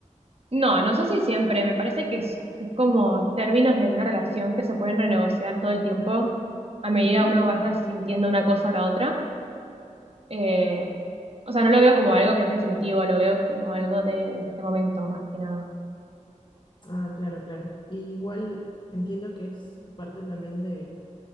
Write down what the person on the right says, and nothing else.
No, no sé si siempre, me parece que es, es como términos de una relación que se pueden renegociar todo el tiempo a medida
que uno vaya sintiendo una cosa o la otra. Eh, o sea, no lo veo como algo que es definitivo, lo veo como algo de este momento más que nada.